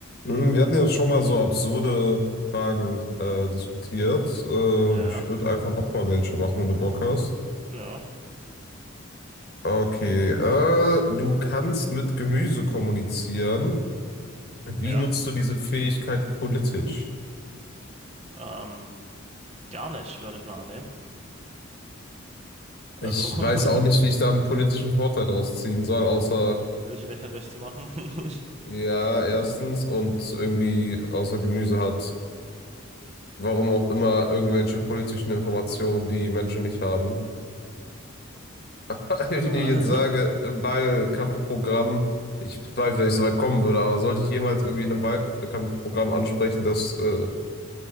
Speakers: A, on the left; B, on the right.
A: Hm, Wir hatten ja schon mal so absurde Fragen äh, diskutiert. Äh,
B: Ja,
A: ich würde einfach noch mal welche machen, wenn du Bock hast.
B: ja,
A: Okay, äh, du kannst mit Gemüse kommunizieren. Wie
B: ja.
A: nutzt du diese Fähigkeit politisch?
B: Ähm, gar nicht, würde ich mal annehmen. Also,
A: Ich
B: <laughs>
A: weiß auch nicht, wie ich da einen politischen Vorteil draus ziehen soll, außer,
B: sich lächerlich zu machen. <laughs>
A: ja, erstens und irgendwie außer Gemüse hat, warum auch immer, irgendwelche politischen Informationen, die Menschen nicht haben. <laughs> Wenn
B: Äh,
A: ich jetzt sage, im Wahlkampfprogramm, ich bezweifle, dass ich so weit kommen würde, aber sollte ich jemals irgendwie in einem Wahlkampfprogramm ansprechen, dass äh,